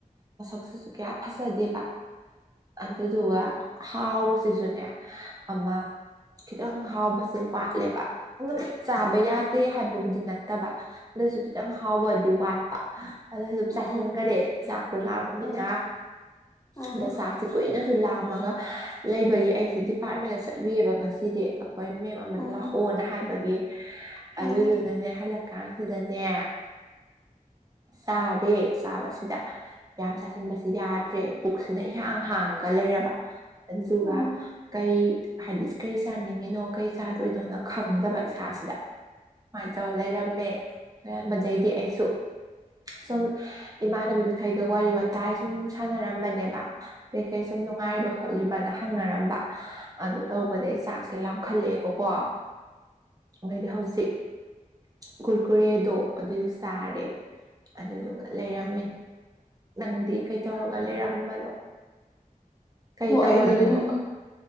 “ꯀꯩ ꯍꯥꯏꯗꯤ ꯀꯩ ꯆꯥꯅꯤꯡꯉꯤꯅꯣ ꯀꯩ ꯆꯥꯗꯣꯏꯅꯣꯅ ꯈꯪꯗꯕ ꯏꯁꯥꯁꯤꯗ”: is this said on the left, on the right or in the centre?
Right